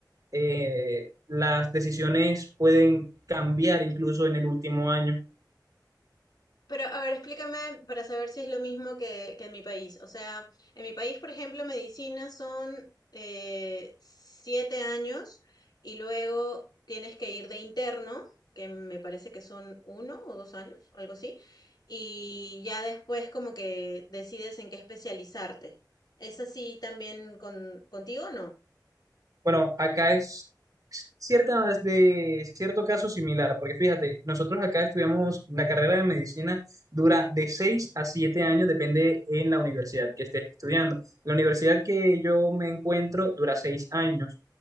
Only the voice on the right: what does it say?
eh, las decisiones pueden cambiar incluso en el último año.
Bueno, acá es cierta, de cierto caso similar, porque fíjate, nosotros acá estudiamos la carrera de medicina, dura de 6 a 7 años, depende en la universidad que estés estudiando. La universidad que yo me encuentro dura 6 años.